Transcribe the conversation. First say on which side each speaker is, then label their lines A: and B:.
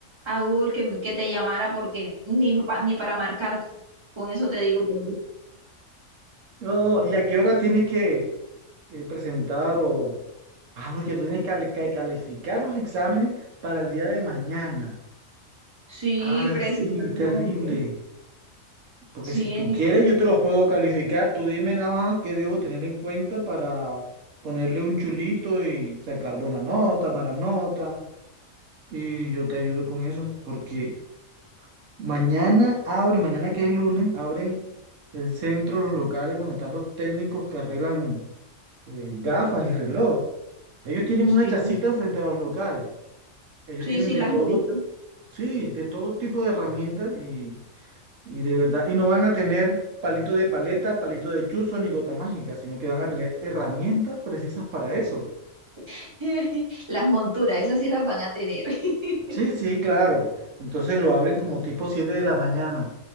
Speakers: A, on the right; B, on the right.
A: a Google que, me- que te llamara porque ni, pa- ni para marcarte, con eso te digo todo.
B: No, ¿y a qué hora tienes que eh, presentar o... Ah, no, es que tú tienes que cali- que calificar los exámenes para el día de mañana.
A: Sí,
B: Ay,
A: precisamente,
B: sí, terrible. Porque
A: sí,
B: si tú quieres, yo te los puedo calificar. Tú dime nada más qué debo tener en cuenta para ponerle un chulito y sacar buena nota, mala nota. Y yo te ayudo con eso. Porque mañana abre, mañana que es lunes, abren el centro, los locales donde están los técnicos que arreglan eh, gafas y reloj. Ellos tienen
A: sí,
B: una chacita enfrente a los locales. Ellos
A: sí,
B: tienen
A: sí,
B: de
A: las
B: todo,
A: he visto.
B: sí, de todo tipo de herramientas y Y de verdad, y no van a tener palito de paleta, palito de chuzo ni gota mágica, sino que van a tener herramientas precisas para eso.
A: <laughs> Las monturas, esas sí las van a tener. <laughs>
B: Sí, sí, claro. Entonces lo abren como tipo 7 de la mañana.